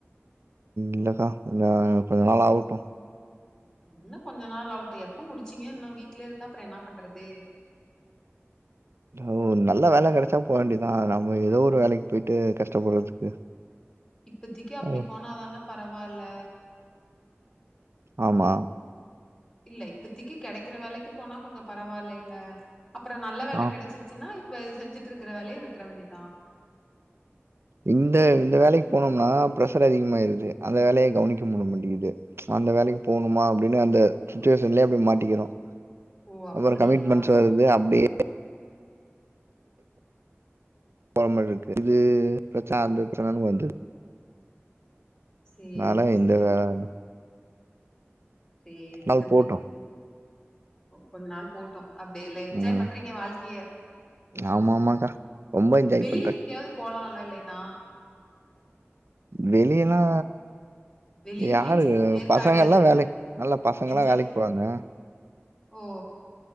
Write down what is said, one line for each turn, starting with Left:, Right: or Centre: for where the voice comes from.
Right: இல்லக்கா என கொஞ்சோ கொஞ்ச நாள் ஆகட்டு
Left: இன்னும் கொஞ்ச நாள் அவுட்டு எப்ப முடிச்சீங்க இன்னு வீட்லயே இருந்தா அப்றோ என்ன பண்றது
Right: ஓ நல்ல வேல கெடச்சா போ வேண்டியதா நம்ம எதோ ஒரு வேலைக்கு பொயிட்டு கஷ்டப்படுறதுக்கு
Left: இப்பத்தக்கி அப்டி
Right: ம்.
Left: போனா தான பரவாயில்ல
Right: ஆமா
Left: இல்ல இப்பத்திக்கு கெடைக்கிற வேலைக்குப் போனா கொஞ்ச பரவாலேல்ல அப்பறோ நல்ல வேல
Right: ஆ
Left: கெடைச்சுருச்சுன்னா இப்ப செஞ்சிட்ருக்குற வேலைய விட்ற வேண்டியதா
Right: இந்த இந்த வேலைக்கு போனோம்னா ப்ரஷர் அதிகமாயிருது அந்த வேலைய கவனிக்க முடிய மாட்டிகிது அந்த வேலைக்கு போனுமா அப்டின்னு அந்த சுச்சுவேஷன்லயே அப்டி மாட்டிக்கிறோ
Left: ஓ அப்படியா
Right: அப்பறோ கமிட்மெண்ட்ஸ் வருது அப்டியே போற மார்ருக்கு இது ப்ரச்சன அந்த ப்ரச்சனனு வந்துர்து
Left: சரி
Right: நால இந்த
Left: சரி
Right: வேல அந்த
Left: சேரி
Right: நாள்
Left: தம்பி
Right: போட்டு
Left: கொஞ்ச நாள் போட்டோ அப்டி இல்ல என்ஜாய்
Right: ம்
Left: பண்றீங்க வாழ்க்கைய
Right: ஆமா ஆமாக்கா ரொம்ப என்ஜாய்
Left: வெளிய
Right: பண்றேன்.
Left: எங்கேயாவது போலால்ல இல்லேன்னா
Right: வெளியல்லா
Left: வெளிய
Right: யாருங்க
Left: மீன்ஸ் ஏற்காடு
Right: பசங்கள்லா வேலைக்கு நல்ல பசங்கல்லா
Left: என்ஜாய்
Right: வேலைக்கு போறாங்க
Left: ஓ